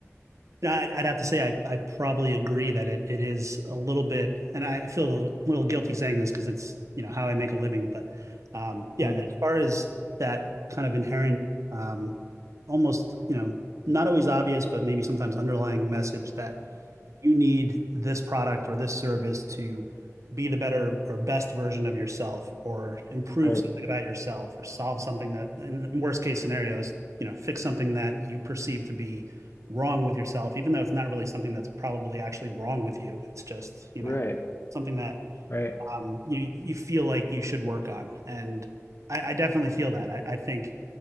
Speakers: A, on the right; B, on the left.
A: I'd, I'd have to say I, I probably agree that it, it is a little bit, and I, I feel a little, little guilty saying this because it's, you know, how I make a living. But um, yeah,
B: Hmm.
A: as far as that kind of inherent, um, almost, you know, not always obvious, but maybe sometimes underlying message that you need this product or this service to be the better or best version of yourself or improve
B: Right,
A: something about yourself or solve something that in worst case scenarios you know fix something that you perceive to be wrong with yourself even though it's not really something that's probably actually wrong with you it's just you know
B: right.
A: something that
B: Right.
A: um, you you feel like you should work on and I, I definitely feel that I, I think